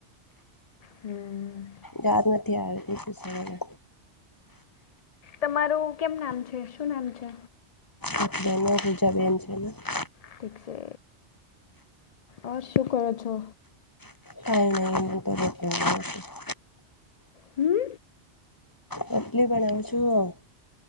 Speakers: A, on the left; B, on the left.
A: હમ.
B: યાદ નથી આવે એ શું ને?
A: તમારું કેમ નામ છે? શું નામ છે?
B: આપનો પુજા બેન છે.
A: ઠીકસે, આ શું કરો છો?
B: નહીં ને એ તો <inaudible>
A: હમ.
B: રોટલી બનાવું છું.